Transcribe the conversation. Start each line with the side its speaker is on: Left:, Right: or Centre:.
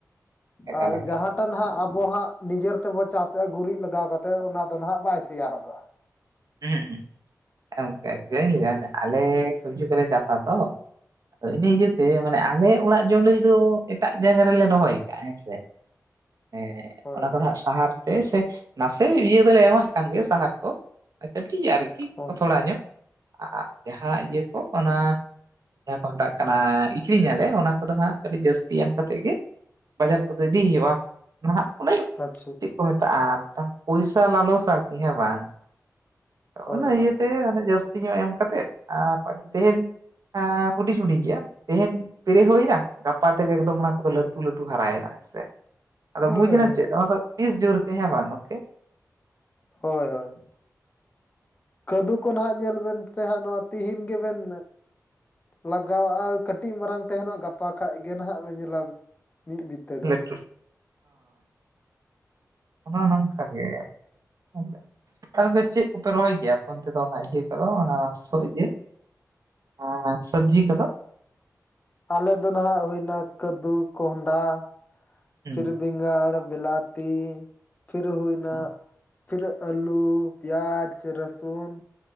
Right: ᱮᱠᱟᱞ
Left: ᱟᱨ
Right: ᱮᱠᱟᱞ
Left: ᱡᱟᱦᱟᱸ ᱚᱠᱟ ᱱᱟᱦᱜ ᱟᱵᱚ ᱦᱟᱸᱜ ᱱᱤᱡᱮᱨ ᱛᱮᱵᱚ ᱪᱟᱥᱮᱫᱼᱟ ᱜᱩᱨᱤᱡ ᱞᱟᱜᱟᱣ ᱠᱟᱛᱮ ᱚᱱᱟ ᱫᱚ ᱱᱟᱦᱜ ᱵᱟᱭ ᱥᱮᱭᱟ ᱦᱚᱫᱚᱜᱼᱟ᱾
Right: ᱦᱮᱸ ᱚᱱᱠᱟ ᱜᱮ ᱞᱟᱹᱭᱟ ᱦᱟᱸᱜ ᱟᱞᱮ ᱥᱚᱵᱽᱡᱤ ᱠᱚᱞᱮ ᱪᱟᱥᱟ ᱛᱚ ᱤᱱᱟᱹ ᱤᱭᱟᱹᱛᱮ ᱢᱟᱱᱮ ᱟᱞᱮ ᱚᱲᱟᱜ ᱡᱚᱢ ᱞᱟᱹᱜᱤᱫ ᱫᱚ ᱮᱴᱟᱜ ᱡᱟᱭᱜᱟ ᱨᱮᱞᱮ ᱨᱚᱦᱚᱭ ᱠᱟᱜᱼᱟ ᱦᱮᱸᱥᱮ᱾ ᱮᱸ,
Left: ᱦᱳᱭ
Right: ᱚᱱᱟ
Left: ᱦᱳᱭ
Right: ᱠᱚᱫᱚ ᱦᱟᱸᱜ ᱥᱟᱦᱟᱨ ᱛᱮ ᱥᱮ ᱱᱟᱥᱮ ᱤᱭᱟᱹ ᱫᱚᱞᱮ ᱮᱢᱟᱜ ᱠᱟᱱ ᱜᱮ ᱥᱟᱦᱟᱨ ᱠᱚ, ᱠᱟᱹᱴᱤᱡ ᱟᱨᱠᱤ
Left: ᱦᱳᱭ
Right: ᱠᱚ ᱛᱷᱚᱲᱟ ᱧᱚᱜ ᱟᱨ ᱡᱟᱦᱟᱸ ᱤᱭᱟᱹ ᱠᱚ ᱚᱱᱟ ᱡᱟᱦᱟᱸ ᱠᱚ ᱢᱮᱛᱟᱜ ᱠᱟᱱᱟ ᱟᱹᱷᱨᱤᱧᱮᱜ ᱟᱞᱮ ᱚᱱᱟ ᱠᱚᱫᱚ ᱦᱟᱸᱜ ᱠᱟᱹᱴᱤᱡ ᱡᱟᱹᱥᱛᱤ ᱮᱢ ᱠᱟᱛᱮᱫ ᱜᱮ ᱵᱟᱡᱟᱨ ᱠᱚᱫᱚ ᱤᱫᱤ ᱦᱩᱭᱩᱜᱼᱟ ᱱᱟᱦᱟᱜ ᱚᱱᱮ
Left: ᱟᱪᱪᱷᱟ,
Right: ᱪᱮᱫ ᱠᱚ ᱢᱮᱛᱟᱜᱼᱟ ᱯᱚᱭᱥᱟ ᱞᱟᱞᱚᱥ ᱟᱨᱠᱤ ᱦᱮᱸ ᱵᱟᱝ, ᱟᱫᱚ
Left: ᱦᱳᱭ
Right: ᱚᱱᱟ
Left: ᱦᱳᱭ
Right: ᱤᱭᱟᱹᱛᱮ ᱚᱱᱟ ᱡᱟᱹᱥᱛᱤ ᱧᱚᱜ ᱮᱢ ᱠᱟᱛᱮᱫ ᱟᱨ ᱛᱮᱦᱮᱧ ᱟᱸ ᱦᱩᱰᱤᱧ ᱦᱩᱰᱤᱧ ᱜᱮᱭᱟ᱾ ᱛᱮᱦᱮᱧ ᱯᱮᱨᱮ ᱦᱩᱭᱱᱟ ᱜᱟᱯᱟ ᱛᱮᱜᱮ ᱮᱠᱫᱚᱢ ᱚᱱᱟ ᱠᱚᱫᱚ ᱞᱟᱹᱴᱩ ᱞᱟᱹᱴᱩ ᱦᱟᱨᱟᱭᱮᱱᱟ ᱦᱮᱸᱥᱮ᱾ ᱟᱫᱚ
Left: ᱦᱳᱭ
Right: ᱵᱩᱡᱽ ᱮᱱᱟ ᱪᱮᱫ ᱚᱱᱟ ᱫᱚ ᱵᱤᱥ ᱡᱩᱨᱛᱮ ᱦᱮᱸ ᱵᱟᱝ ᱜᱚᱝᱠᱮ?
Left: ᱦᱳᱭ, ᱦᱳᱭ, ᱠᱟᱹᱫᱩ ᱠᱚ ᱱᱟᱦᱟᱸᱜ ᱧᱮᱞ ᱵᱮᱱ ᱥᱮ ᱦᱟᱸᱜ ᱱᱚᱣᱟ ᱛᱤᱦᱤᱧ ᱜᱮᱵᱮᱱ ᱞᱟᱜᱟᱣᱟᱜᱼᱟ ᱠᱟᱴᱤᱡ ᱢᱟᱨᱟᱝ ᱛᱟᱦᱮᱱᱚᱜ ᱜᱟᱯᱟ ᱠᱷᱟᱡ ᱜᱮ ᱱᱟᱦᱟᱜ ᱵᱮᱱ ᱧᱮᱞ ᱞᱟᱜ ᱢᱤᱫ ᱵᱤᱛᱟᱹ ᱜᱟᱱ
Right: ᱞᱟᱹᱴᱩ ᱚᱱᱟ ᱦᱚᱸ ᱱᱚᱝᱠᱟ ᱜᱮ᱾ <unintelligible> ᱛᱟᱦᱚᱞᱮ ᱫᱚ ᱪᱮᱫ ᱠᱚᱯᱮ ᱨᱚᱦᱚᱭ ᱜᱮᱭᱟ ᱟᱯᱮ ᱚᱱᱛᱮ ᱫᱚ ᱚᱱᱟ ᱤᱭᱟᱹ ᱠᱚᱫᱚ ᱚᱱᱟ ᱥᱚᱜ ᱤᱭᱟᱹ ᱮᱸ ᱥᱚᱵᱽᱡᱤ ᱠᱚᱫᱚ?
Left: ᱟᱞᱮ ᱫᱚ ᱱᱟᱦᱟᱜ ᱦᱩᱭᱱᱟ ᱠᱟᱹᱫᱩ ᱠᱚᱸᱦᱟᱰᱟ
Right: ᱦᱩᱸ
Left: ᱯᱷᱤᱨᱵᱤᱧ ᱵᱮᱸᱜᱟᱲ, ᱵᱤᱞᱟᱛᱤ ᱯᱷᱤᱨ ᱦᱩᱭᱱᱟ
Right: ᱦᱩᱸ
Left: ᱯᱷᱤᱨ ᱟᱹᱞᱩ, ᱯᱤᱭᱟᱡᱽ, ᱨᱟᱥᱩᱱ